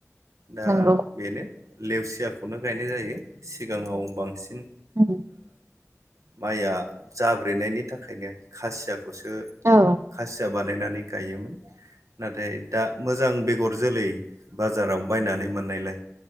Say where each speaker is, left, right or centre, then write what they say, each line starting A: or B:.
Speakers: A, on the right (about 75°); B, on the right (about 60°).
A: दा
B: नंगौ
A: बेनो। लेवसियाखौनो गायनाय जायो सिगाङाव बांसिन।
B: उम
A: माइया जाब्रेनायनि थाखायनो खासियाखौसो
B: औ
A: खासिया बानायनानै। नानै गायोमोन नाथाय दा मोजां बेगर जोलै बाजाराव बायनानै मोननायलाय।